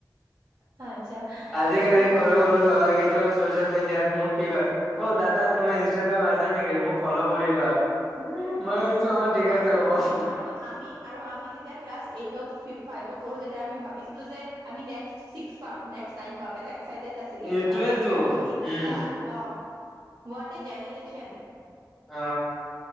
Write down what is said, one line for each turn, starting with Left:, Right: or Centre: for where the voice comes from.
Right: আচ্ছা।
Centre: আজিকালি
Right: বাকী
Centre: সৰু সৰু ল'ৰাকে <unintelligible> ছ'চিয়েল মিডিয়াত মোক কি কয়, অ', দাদা তোমাৰ ইনষ্টাগ্ৰাম আছে নেকি? মোক ফল' কৰিবা। মই কৈছো অ' ঠিক
Right: আৰু,
Centre: আছে হ'ব অ'
Right: আৰু আমি আৰু আমি যেতিয়া ক্লাছ এইটত, ফিভ ফাইভত পঢ়ো তেতিয়া আমি ভাবিছিলোঁ যে আ‌মি নেক্সট ছিক্স পাম, নেক্সট নাইন পাম এটা এক্সাইটেড আছিলে
Centre: এইটোয়েতো
Right: আৰু এতিয়াৰ হ'ল Insta
Centre: উম।
Right: wow. What a generation?
Centre: আ